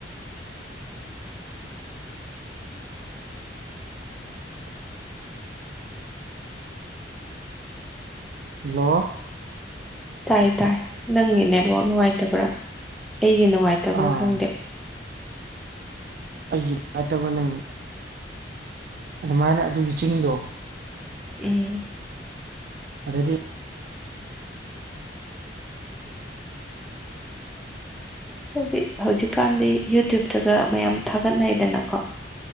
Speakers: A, on the right (about 55°); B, in the centre.
A: ꯂꯣ
B: ꯇꯥꯏ ꯇꯥꯏ ꯅꯪꯒꯤ ꯅꯦꯠꯋꯥꯛ ꯅꯨꯡꯉꯥꯏꯇꯕ꯭ꯔꯥ ꯑꯩꯒꯤ ꯅꯨꯡꯉꯥꯏꯇꯕ꯭ꯔꯥ
A: ꯑꯥ
B: ꯈꯪꯗꯦ
A: ꯑꯩꯒꯤ ꯉꯥꯏꯠꯇꯥꯕ ꯅꯪ ꯑꯗꯨꯃꯥꯏꯅ ꯑꯗꯨꯒꯤ ꯆꯤꯡꯗꯣ
B: ꯎꯝ
A: ꯑꯗꯗꯤ
B: ꯍꯥꯏꯗꯤ ꯍꯧꯖꯤꯛꯀꯥꯟꯗꯤ ꯌꯨꯇ꯭ꯌꯨꯞꯇꯥꯒ ꯃꯌꯥꯝ ꯊꯥꯒꯠꯅꯩꯗꯅꯀꯣ